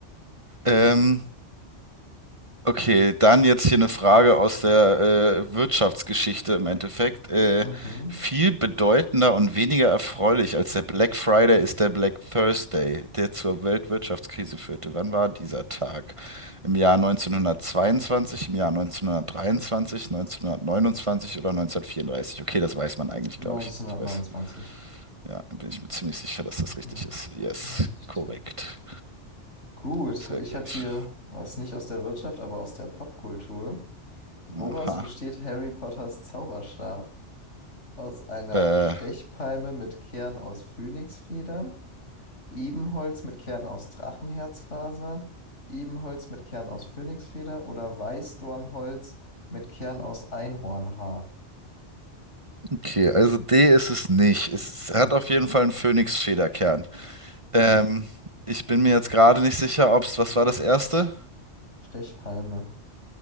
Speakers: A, on the right; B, on the left.
A: Ähm, Okay, dann jetzt hier eine Frage aus der äh, Wirtschaftsgeschichte im Endeffekt. Äh,
B: Mhm.
A: viel bedeutender und weniger erfreulich als der Black Friday ist der Black Thursday, der zur Weltwirtschaftskrise führte. Wann war dieser Tag? Im Jahr neunzehnhundertzweiundzwanzig, im Jahr neunzehnhundertdreiundzwanzig, neunzehnhundertneunundzwanzig oder neunzehnhundertvierunddreißig? Okay, das weiß man eigentlich,
B: 1929.
A: glaube ich. Ich weiß, ja, bin ich mir ziemlich sicher, dass das richtig
B: Ja.
A: ist. Yes,
B: Hatte ich
A: korrekt.
B: dir. Gut,
A: Sehr
B: ich
A: gut.
B: habe hier was nicht aus der Wirtschaft, aber aus der Popkultur. Woraus
A: Aha.
B: besteht Harry Potters Zauberstab? Aus einer
A: Äh,
B: Stechpalme mit Kern aus Phönixfedern? Ebenholz mit Kern aus Drachenherzfaser, Ebenholz mit Kern aus Phönixfeder oder Weißdornholz mit Kern aus Einhornhaar.
A: Okay, also D ist es nicht. Es hat auf jeden Fall einen Phönix-Federkern. Ähm,
B: Ja.
A: ich bin mir jetzt gerade nicht sicher, ob es, was war das erste?
B: Stechpalme.